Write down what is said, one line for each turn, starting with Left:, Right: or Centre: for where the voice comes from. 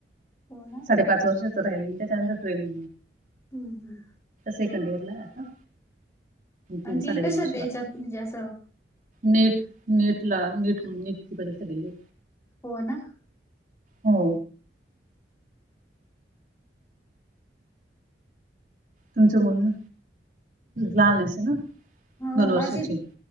Left: हो ना
Right: साडेपाच वर्षात तर राहिल त्याच्यानंतर ट्रेन
Left: हम्म हम्
Right: सेकंड इयरला आता
Left: आणि
Right: तीन
Left: तिने
Right: साडेतीन
Left: कशात
Right: वर्ष
Left: याच्यात
Right: बाकी
Left: म्हणजे असं
Right: नेट नेट ला नीट म्हणून नीट तकडे गली
Left: हो ना
Right: हो तुमचं मुलं, लहान आसेल ना
Left: हो
Right: दोन वर्षाचे
Left: माझी